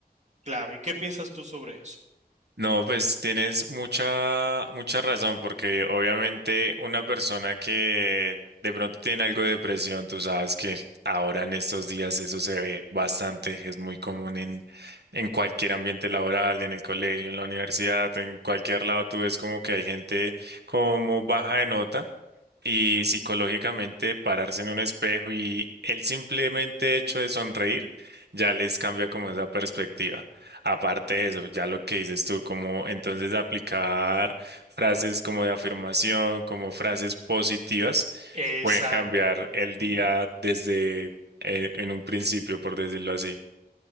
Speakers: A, on the right (about 45°); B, on the right (about 85°).
A: Claro. ¿Y qué piensas tú sobre eso?
B: No, pues tienes mucha, mucha razón, porque obviamente una persona que de pronto tiene algo de depresión, tú sabes que ahora en estos días eso se ve bastante, es muy común en, en cualquier ambiente laboral, en el colegio, en la universidad, en cualquier lado, tú ves como que hay gente como baja de nota y psicológicamente pararse en un espejo y el simplemente hecho de sonreír ya les cambia como esa perspectiva. Aparte de eso, ya lo que dices tú, como entonces aplicar frases como de afirmación, como frases positivas,
A: Exacto.
B: pueden cambiar el
A: Ujú.
B: día desde eh, en un principio, por decirlo así.